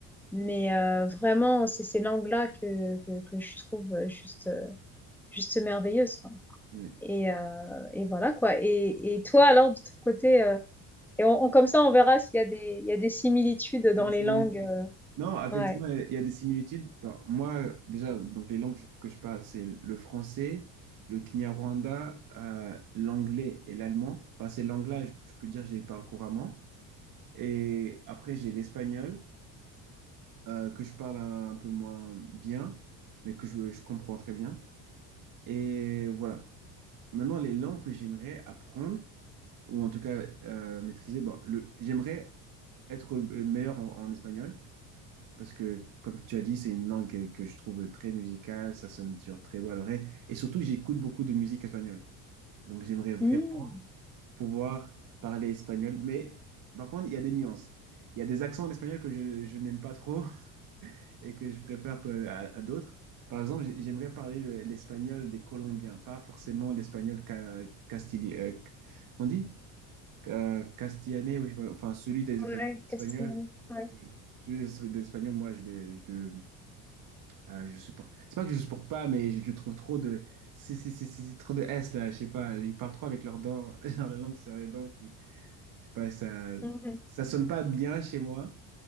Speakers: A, in the centre; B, on the right.
A: Mais euh, vraiment, c'est ces langues-là que, que que je trouve juste euh, juste merveilleuses, quoi.
B: Oui.
A: Et, euh, et voilà quoi. Et, et toi, alors, de ton côté, euh, et on, on- comme ça, on verra s'il y a des, il y a des similitudes dans
B: Il y a des
A: les
B: similitudes.
A: langues. euh,
B: Non, effectivement,
A: ouais.
B: il y a des similitudes. Ben, moi, déjà, donc les langues que je que je parle, c'est le français, le Kinyarwanda, euh, l'anglais et l'allemand. Enfin, ces langues-là, je, je peux dire, je les parle couramment. Et après, j'ai l'espagnol, euh, que je parle un peu moins bien, mais que je, je comprends très bien. Et voilà. Maintenant, les langues que j'aimerais apprendre, ou en tout cas euh, maîtriser, bon, le, j'aimerais être meilleur en en espagnol. Parce que, comme tu as dit, c'est une langue que, que je trouve très musicale, ça sonne toujours très beau à l'oreille. Et surtout, j'écoute beaucoup de musique espagnole. Donc, j'aimerais vraiment
A: Hmm.
B: pouvoir parler espagnol. Mais par contre, il y a des nuances. Il y a des accents en espagnol que je, je n'aime pas trop <laughs> et que je préfère peu- à, à d'autres. Par exemple, j'ai- j'aimerais parler le- l'espagnol des Colombiens, pas forcément l'espagnol ca, castili- euh, qu'on dit? Euh, castillané, oui, je sais pas, enfin, celui des Espagnols.
A: Ouais,
B: Espagnols.
A: castillanais. Ouais.
B: euh, Celui des, des Espagnols, moi, je le, je le- Euh, je le supporte. C'est pas que je le supporte pas, mais je, je trouve trop de. C'est c'est- c'est- c'est trop de S là, je sais pas. Ils parlent trop avec leurs dents, <laughs> genre la langue sur les dents. que- je sais pas, ça,
A: Mhm,
B: ça sonne pas bien chez moi.